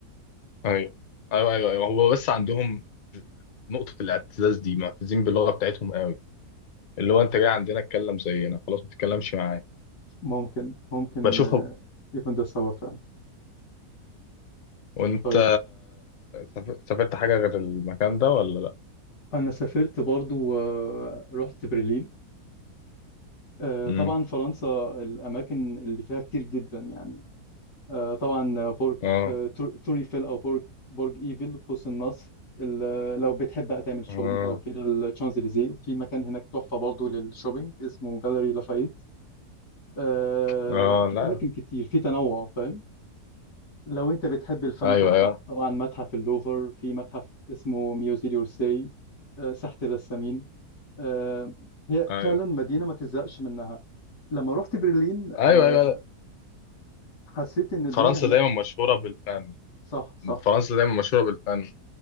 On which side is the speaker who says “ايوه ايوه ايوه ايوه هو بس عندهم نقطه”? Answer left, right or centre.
Left